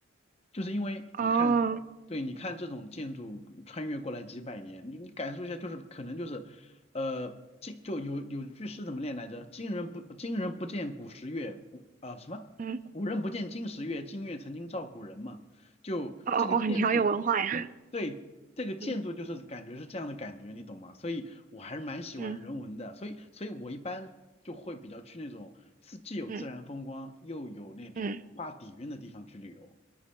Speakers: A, on the left; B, on the right.
A: 就是因为你看，
B: 哦
A: 对，你看这种建筑穿越过来几百年，你你感受一下，就是可能就是，呃，今就有有句诗怎么念来着？今人不今人不见古时月，古啊、什么？
B: 嗯
A: 古人不见今时月，今月曾经照古人嘛。就这个建筑，
B: 哦哦哦，你好有文化呀，
A: 对，这个建筑就是感觉是这样的感觉，
B: <laughs> 嗯
A: 你懂吗？所以我还是蛮喜欢人文的，
B: 嗯
A: 所以所以我一般就会比较去那种自既有自然风光又有那种文化底蕴的地方去旅游。
B: 嗯嗯